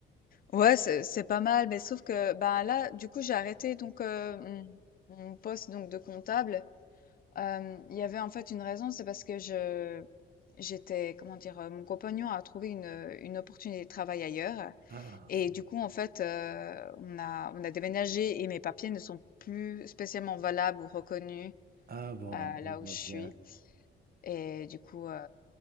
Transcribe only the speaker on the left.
ouais, c'est c'est pas mal, mais sauf que, bah, là, du coup, j'ai arrêté donc, heu, mon mon poste donc de comptable. Hem, il y avait en fait une raison, c'est parce que je j'étais comment dire? Heu, mon compagnon a trouvé une, une opportunité de travail ailleurs
et
du coup, en fait, heu, on a on a déménagé et mes papiers ne sont plus spécialement valables ou reconnus,
heu,
là
où je
suis. Et du coup, heu,